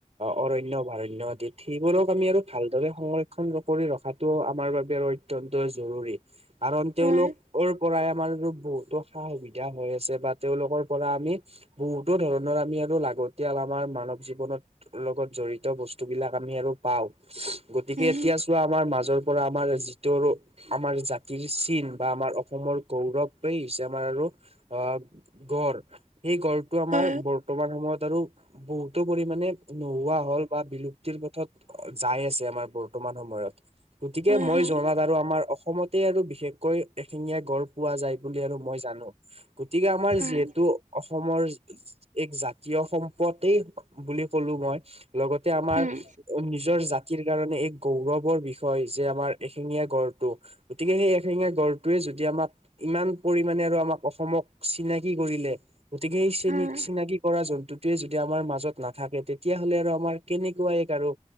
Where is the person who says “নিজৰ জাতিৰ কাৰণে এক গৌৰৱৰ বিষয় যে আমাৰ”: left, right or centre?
Right